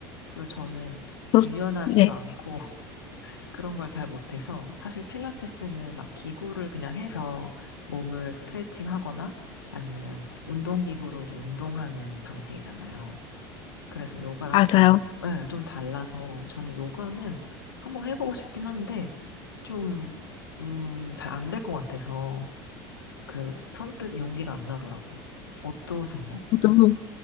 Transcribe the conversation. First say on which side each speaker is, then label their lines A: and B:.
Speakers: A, on the left; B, on the left.
A: 그래서 저는
B: 그렇-
A: 유연하지도
B: 네,
A: 않고 그런 걸 잘 못해서 사실 필라테스는 막 기구를 그냥 해서 몸을 스트레칭 하거나 아니면 운동기구로 이제 운동하는 방식이잖아요. 그래서 요가랑
B: 맞아요.
A: 좀, 예, 좀 달라서 저는 요가는 한번 해보고 싶긴 한데 좀, 음, 잘 안 될 것 같아서 그 선뜻 용기가 안 나더라고요. 어떠세요?
B: 저도,